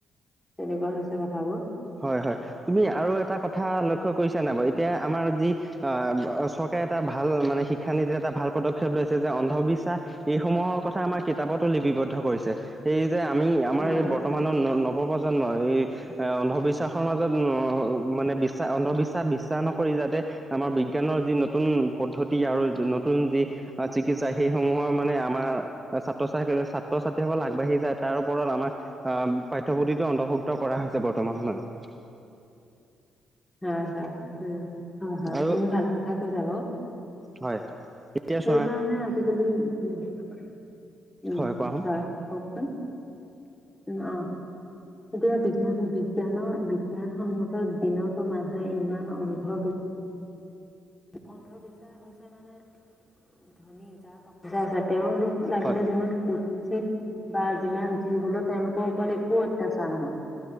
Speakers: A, on the left; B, on the right.
A: তেনেকুৱা হৈছে কথাবোৰ।
B: হয় হয়, তুমি আৰু এটা কথা লক্ষ্য কৰিছা নাই বাৰু, এতিয়া আমাৰ যি আ, চৰকাৰে এটা ভাল মানে শিক্ষানীতি এটা ভাল পদক্ষেপ লৈছে যে অন্ধবিশ্বাস এইসমূহৰ কথা আমাৰ কিতাপতো লিপিবদ্ধ কৰিছে। সেই যে আমি আমাৰ
A: হয়
B: এই বৰ্তমানৰ ন-নৱপ্ৰজন্ম এই বিশ্বাসৰ মাজত মানে বিশ্বাস, অন্ধবিশ্বাস বিশ্বাস নকৰি যাতে আমাৰ বি বিজ্ঞানৰ যি নতুন পদ্ধতি আৰু নতুন যি চিকিৎসা সেইসমূহৰ মানে আমাৰ ছাত্ৰ ছাত্ৰী, ছাত্ৰ ছাত্ৰীসকল আগবাঢ়ি যায় তাৰ ওপৰত আমাৰ আ, পাঠ্যপুথিটো অন্তৰ্ভুক্ত কৰা হৈছে বৰ্তমান সময়ত।
A: হয় হয়, উ, হয় হয়,
B: আৰু
A: তুমি ভাল কথাই কৈছা বাৰু।
B: হয়। এতিয়া
A: সেইকাৰণে
B: চোৱা
A: আজিকালি উ উম
B: হয় কোৱাচোন
A: হয় কওকচোন। উম, অ'। এতিয়া বিজ্ঞান বিজ্ঞানৰ বিজ্ঞানসন্মত দিনতো মানুহে ইমান অন্ধবিশ্বাস অন্ধবিশ্বাস হৈছে মানে ধনী যাৰ চা আছে তেওঁলোক লাগিলে
B: হয়
A: যিমান কুচিৎ বা যিমান যি হলেও তেওঁলোকৰ ওপৰত একো অত্যাচাৰ নহয়